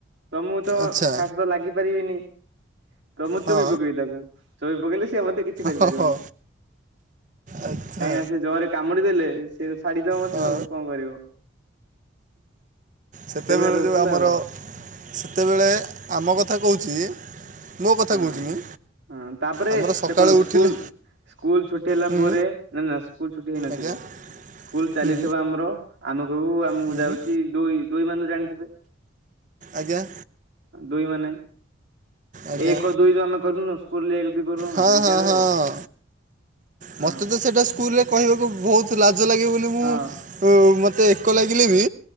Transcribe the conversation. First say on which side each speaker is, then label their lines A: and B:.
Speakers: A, on the right; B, on the right.
A: ତ ମୁଁ ତ
B: ଆଚ୍ଛା
A: କାହା ସହିତ ଲାଗି ପାରିବିନି ତ ମୁଁ
B: ହଁ
A: ଚୋବେଇ ପକେଇବି ତାକୁ। ଚୋବେଇ ପକେଇଲେ ସିଏ ମୋତେ ଆଉ କିଛି କରିପାରିବନି।
B: ହଁ ହଁ ଆଚ୍ଛା
A: କାହିଁକି ନା ସେ ଜୋରରେ କାମୁଡି ଦେଲେ ସେ ଛାଡିଦବ ମତେ
B: ହଁ
A: ଆଉ କଣ କରିବ। <inaudible>
B: ସେତେବେଳେ
A: ସେଇଭଳିଆ ରହୁଥିଲା
B: ଯୋଉ ଆମର
A: ଆଉ
B: ସେତେବେଳେ ଆମ କଥା କହୁଛି। ମୋ କଥା
A: ହଁ
B: କହୁଛି ମୁଁ
A: ହଁ ତାପରେ
B: ଆମର ସକାଳୁ
A: ଦେଖନ୍ତୁ
B: ଉଠିଲେ
A: ସ୍କୁଲ ସ୍କୁଲ ଛୁଟି ହେଲା
B: ହୁଁ
A: ପରେ ନା ନା ସ୍କୁଲ ଛୁଟି ହେଇନଥିବ।
B: ଆଜ୍ଞା
A: ସ୍କୁଲ ଚାଲିଥିବ
B: ହୁଁ
A: ଆମର ଆମେକହିବୁ ଆମକୁ
B: ହୁଁ
A: ଯାଉଛି ଦୁଇ ଦୁଇ ମାନେ ଜାଣିଥିବେ?
B: ଆଜ୍ଞା।
A: ଦୁଇ ମାନେ।
B: ଆଜ୍ଞା
A: ଏକ ଦୁଇ ଯୋଉ ଆମେ କରୁନୁ ସ୍କୁଲରେ ଏକ ଦୁଇ କରୁ। ଆମେ
B: ହଁ
A: ବିଦ୍ୟାଳୟରେ
B: ହଁ ହଁ
A: ହଁ
B: ମତେ ତ ସେଟା ସ୍କୁଲରେ କହିବାକୁ ବହୁତ ଲାଜ ଲାଗେ ବୋଲି
A: ହଁ।
B: ମୁଁ ମୋତେ ଏକ ଲାଗିଲେ ବି